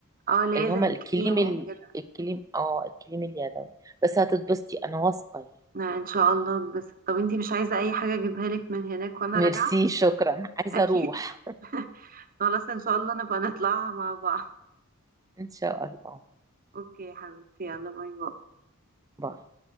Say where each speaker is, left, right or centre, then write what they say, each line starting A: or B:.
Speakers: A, on the right (about 40°); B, on the right (about 15°).
A: اه اللي
B: اللي
A: هي
B: هم
A: زي الكريم
B: الكليم
A: وكده
B: ال... الكليم اه الكليم اليدوي بس هتتبسطي انا واثقه يعني
A: لا ان شاء الله بس طب انتي مش عايزة اي حاجة اجيبها لك من هناك وانا
B: ميرسي
A: راجعة
B: شكرا عايزه
A: اكيد
B: اروح
A: <laughs> خلاص ان شاء الله نبقى نطلعها مع بعض
B: ان شاء الله
A: اوكي يا حبيبتي يلا باي باي
B: باي